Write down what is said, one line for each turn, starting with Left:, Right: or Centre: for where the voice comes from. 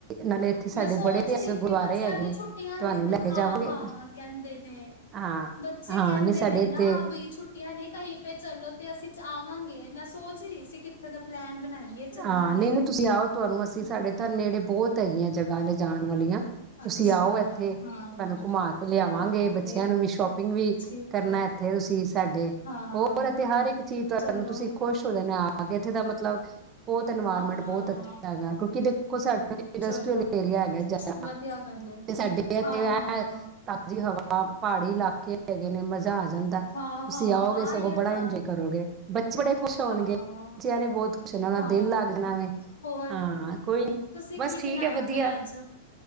Right: ਨਾਲੇ ਇੱਥੇ ਸਾਡੇ
Left: ਮੈਂ ਸੋਚ
Right: ਬੜੇ ਇਤਿਹਾਸਿਕ
Left: ਰਹੀ ਸੀ
Right: ਗੁਰਦੁਆਰੇ
Left: ਬੱਚਿਆਂ
Right: ਹੈਗੇ
Left: ਦੀ
Right: ਨੇ
Left: ਛੁੱਟੀਆਂ
Right: ਤੁਹਾਨੂੰ
Left: ਨੇ
Right: ਲੈ ਕੇ
Left: ਹਾਂ-ਹਾਂ
Right: ਜਾਵਾਂਗੇ
Left: ਕਹਿੰਦੇ ਨੇ
Right: ਹਾਂ
Left: ਬੱਚੇ
Right: ਹਾਂ
Left: ਕਹਿੰਦੇ
Right: ਨਹੀਂ ਸਾਡੇ
Left: ਨੇ
Right: ਇੱਥੇ
Left: ਨਾ ਵੀ ਛੁੱ ਨੇ ਕਹੀ ਪੇ ਚਲੋ ਤੇ ਅਸੀਂ ਆਵਾਂਗੇ ਮੈਂ ਸੋਚ ਰਹੀ ਸੀ ਕਿੱਥੇ ਦਾ ਪਲੈਨ ਬਣਾਈਏ ਚੱਲਾਂਗੇ
Right: ਹਾਂ ਨਈ-ਨਈ ਤੁਸੀਂ ਆਓ ਤੁਹਾਨੂੰ
Left: ਹਮ
Right: ਅਸੀਂ ਸਾਡੇ ਤਾਂ ਨੇੜੇ ਬੋਤ ਹੈਗੀਆਂ ਜਗ੍ਹਾ ਲਿਜਾਣ ਵਾਲੀਆਂ ਤੁਸੀਂ
Left: ਅੱਛਾ
Right: ਆਓ ਇੱਥੇ, ਤੁਹਾਨੂੰ
Left: ਹਾਂ,
Right: ਘੁਮਾ ਕੇ ਲਿਆਵਾਂਗੇ
Left: ਆਵਾਂਗੇ
Right: ਬੱਚਿਆਂ ਨੂੰ ਵੀ ਸ਼ੋਪਿੰਗ ਵੀ
Left: ਠੀਕ
Right: ਕਰਨਾ
Left: ਹੈ
Right: ਇੱਥੇ ਤੁਸੀਂ ਸਾਡੇ,
Left: ਹਾਂ।
Right: ਹੋਰ ਇੱਥੇ ਹਰ ਇੱਕ ਚੀਜ਼ ਤੁਹਾਨੂੰ
Left: ਚਲੋ
Right: ਤੁਸੀਂ ਖੁਸ਼ ਹੋ ਜਾਣਾ ਆ ਕੇ ਇੱਥੇ ਦਾ ਮਤਲਬ, ਬੋਤ ਇਨਵਾਇਰਮੈਂਟ
Left: ਹਾਂ,
Right: ਬਹੁਤ ਅੱਛਾ ਹੈਗਾ ਕਿਉਂਕਿ ਦੇ ਦੇਖੋ ਸਾਡਾ ਇੰਡਸਟਰੀਅਲ
Left: ਚਲੋ
Right: ਏਰੀਆ ਹੈਗਾ ਜ਼ਿਆਦਾ,
Left: ਵਧੀਆ ਗੱਲ ਏ
Right: ਤੇ ਸਾਡੇ ਇਥੇ
Left: ਹਾਂ, ਹਾਂ।
Right: ਤਾਜ਼ੀ ਹਵਾ ਪਹਾੜੀ ਇਲਾਕੇ ਹੈਗੇ ਨੇ ਮਜ਼ਾ ਆ ਜਾਂਦਾ ਤੁਸੀਂ
Left: ਹਾਂ, ਹਾਂ
Right: ਆਓਗੇ
Left: ਆਈਓ
Right: ਸਗੋਂ ਬੜਾ
Left: ਤਾਂ
Right: ਇੰਜੋਏ ਕਰੋਗੇ ਬੱਚੇ ਬੜੇ ਖੁਸ਼ ਹੋਣਗੇ,
Left: ਹਾਂ,
Right: ਬੱਚਿਆਂ ਨੇ ਬਹੁਤ ਨਾਲ
Left: ਹਾਂ।
Right: ਦਿਲ ਲੱਗ ਜਾਣਾ ਵੇ,
Left: ਹੋਰ
Right: ਹਾਂ ਕੋਈ ਨੀ
Left: ਤੁਸੀਂ
Right: ਬਸ
Left: ਕੀ
Right: ਠੀਕ
Left: ਬਣਾਇਆ
Right: ਐ ਵਧੀਆ
Left: ਫੇਰ ਅੱਜ